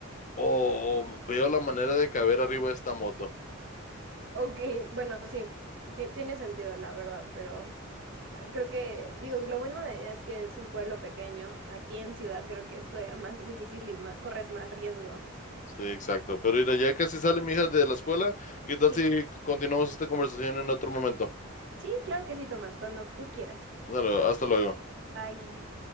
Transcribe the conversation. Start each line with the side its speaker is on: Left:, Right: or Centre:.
Left: o o veo la manera de caber arriba de esta moto?
Right: Ok, bueno, sí, ti- tiene sentido, la verdad, pero ah, creo que, digo, lo bueno de allá es que es un pueblo pequeño. Aquí en ciudad creo que es todavía más difícil y ma- corres más riesgo.
Left: Sí, exacto. Pero mira, ya casi sale mi hija de la escuela. ¿Qué tal
Right: Sí,
Left: si continuamos esta conversación en otro momento?
Right: sí, claro que sí, Tomás, cuando tú quieras.
Left: Sale, hasta luego.
Right: Bye.